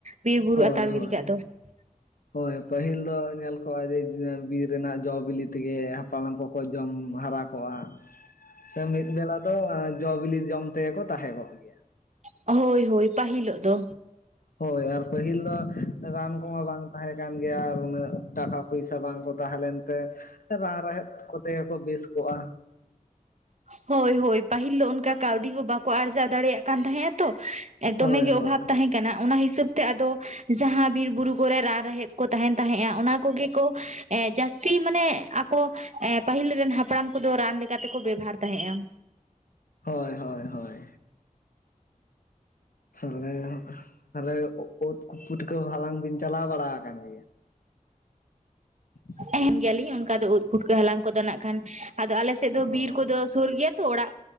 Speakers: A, on the right (about 55°); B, on the left (about 90°).
A: ᱵᱤᱨ ᱵᱩᱨᱩ
B: ᱦᱳᱭ
A: ᱟᱛᱟᱨ
B: ᱦᱳᱭ
A: ᱜᱤᱰᱤ <inaudible>
B: ᱦᱳᱭ ᱯᱟᱹᱦᱤᱞ ᱫᱚ ᱧᱮᱞ ᱠᱚᱜ-ᱟ ᱡᱮ ᱵᱤᱨ ᱨᱮᱱᱟᱜ ᱡᱚ ᱵᱤᱞᱤ ᱛᱮᱜᱮ ᱦᱟᱯᱲᱟᱢ ᱠᱚ ᱠᱚ ᱡᱚᱢ ᱦᱟᱨᱟ ᱠᱚᱜ-ᱟ᱾ ᱥᱮ ᱢᱤᱫ ᱵᱮᱞᱟ ᱫᱚ ᱡᱚ ᱵᱤᱞᱤ ᱡᱚᱢ ᱛᱮᱜᱮ ᱠᱚ ᱛᱟᱦᱮᱸ ᱠᱚᱜ ᱜᱮᱭᱟ
A: ᱦᱳᱭ ᱦᱳᱭ ᱯᱟᱹᱦᱤᱞᱚᱜ ᱫᱚ
B: ᱦᱳᱭ ᱟᱨ ᱯᱟᱹᱦᱤᱞ ᱫᱚ ᱨᱟᱱ ᱠᱚᱢᱟ ᱵᱟᱝ ᱛᱟᱦᱮᱸ ᱠᱟᱱ ᱜᱮᱭᱟ ᱟᱨ ᱩᱹᱱᱟᱜ ᱴᱟᱠᱟ ᱯᱚᱭᱥᱟ ᱵᱟᱝ ᱠᱚ ᱛᱟᱦᱮᱸ ᱞᱮᱱᱛᱮ ᱨᱟᱱ ᱨᱮᱦᱮᱫ ᱠᱚᱛᱮ ᱜᱮᱠᱚ ᱵᱮᱥ ᱠᱚᱜ-ᱟ᱾
A: ᱦᱳᱭ ᱦᱳᱭ ᱯᱟᱹᱦᱤᱞ ᱫᱚ ᱚᱱᱠᱟ ᱠᱟᱹᱣᱰᱤ ᱠᱚ ᱵᱟᱠᱚ ᱫᱟᱲᱮᱭᱟᱜ ᱠᱟᱱ ᱛᱟᱦᱮᱸᱜ-ᱟ᱾ ᱛᱚ ᱫᱚᱢᱮ
B: ᱦᱳᱭ
A: ᱜᱮ ᱚᱵᱷᱟᱵ
B: ᱦᱳᱭ
A: ᱛᱟᱦᱮᱸ ᱠᱟᱱᱟ, ᱚᱱᱟ ᱦᱤᱥᱟᱹᱵ ᱛᱮ ᱟᱫᱚ ᱡᱟᱦᱟᱸ ᱵᱤᱨ ᱵᱩᱨᱩ ᱠᱚᱨᱮ ᱨᱟᱱ ᱨᱮᱦᱮᱫ ᱠᱚ ᱛᱟᱦᱮᱱ ᱛᱟᱦᱮᱸᱫ-ᱟ ᱚᱱᱟ ᱠᱚᱜᱮ ᱠᱚ ᱮᱸ ᱡᱟᱹᱥᱛᱤ ᱢᱟᱱᱮ, ᱟᱠᱚ ᱮ ᱯᱟᱹᱦᱤᱞ ᱨᱮᱱ ᱦᱟᱯᱲᱟᱢ ᱠᱚᱫᱚ ᱨᱟᱱ ᱞᱮᱠᱟᱛᱮᱠᱚ ᱵᱮᱵᱦᱟᱨ ᱛᱟᱦᱮᱸᱜᱼᱟ᱾
B: ᱦᱳᱭ ᱦᱳᱭ ᱦᱳᱭ, ᱛᱟᱦᱚᱞᱮ ᱛᱟᱦᱚᱞᱮ ᱳᱛ ᱯᱩᱴᱠᱟᱹ ᱦᱟᱞᱟᱝ ᱵᱤᱱ ᱪᱟᱞᱟᱣ ᱵᱟᱲᱟ ᱟᱠᱟᱱᱟ? <unintelligible>
A: ᱛᱟᱦᱮᱱ ᱜᱮᱭᱟᱞᱤᱧ ᱚᱱᱠᱟ ᱫᱚ ᱳᱫ ᱯᱷᱩᱴᱠᱟᱹ ᱦᱟᱞᱟᱝ ᱠᱚᱫᱚ ᱱᱟᱜ ᱠᱷᱟᱱ, ᱟᱫᱚ ᱟᱞᱮᱥᱮᱫ ᱫᱚ ᱵᱤᱨ
B: ᱚ
A: ᱠᱚᱫᱚ ᱥᱳᱨ ᱜᱮᱭᱟ ᱛᱚ ᱚᱲᱟᱜ